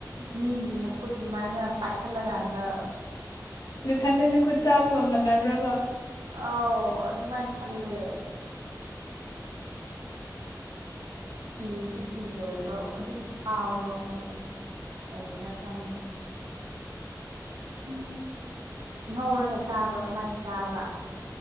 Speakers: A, on the right; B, on the left.
A: ꯃꯤꯒꯤ ꯃꯈꯨꯠ ꯑꯗꯨꯃꯥꯏꯅ ꯄꯈꯔꯂꯒꯗ
B: ꯅꯊꯟꯟꯅ ꯈꯨꯠ ꯆꯥꯕ ꯉꯝꯃꯟꯅ꯭ꯔꯕ
A: ꯑꯥꯎ ꯑꯗꯨꯃꯥꯏꯅ ꯈꯜꯂꯦ ꯀꯤꯁꯨ ꯀꯤꯖꯩꯕ ꯑꯗꯨꯝ ꯐꯥꯎꯋꯦ ꯋꯥꯈꯜꯗꯣ ꯀꯔꯤꯅꯥ ꯈꯪꯗꯦ ꯎꯝ ꯉꯧꯔꯒ ꯆꯥꯕ꯭ꯔꯥ ꯀꯃꯥꯏꯅ ꯆꯥꯕ꯭ꯔꯥ